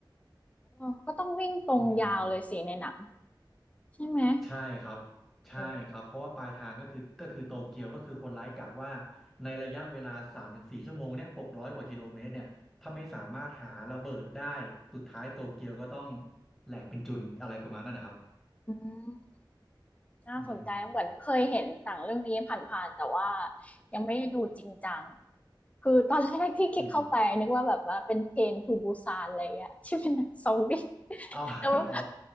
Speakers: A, on the left (about 15°); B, in the centre.
A: ออก็ต้องวิ่งตรงยาวเลยสิในหนัง
B: อืม
A: ใช่ไหม
B: ใช่ครับใช่ครับเพราะว่าปลายทางก็คือก็คือโตเกียวก็คือคนร้ายกะว่า
A: โอ้
B: ในระยะเวลาสามถึงสี่ชั่วโมงเนี่ยหกร้อยกว่ากิโลเมตรเนี่ยถ้าไม่สามารถหาระเบิดได้สุดท้ายโตเกียวก็ต้องแหลกเป็นจุนอะไรประมาณนั้นนะครับ
A: อืม น่าสนใจเหมือนเคยเห็นหนังเรื่องนี้ผ่านๆแต่ว่า
B: อืม
A: ยังไม่ได้ดูจริงจังคือตอนแรกที่คลิกเข้าไปนึกว่าแบบว่าเป็นเทรนทูบูซานอะไรอะที่เป็นหนังซอมบี้
B: อืม
A: <laughs>
B: อ๋ออ๋อ
A: แต่ว่า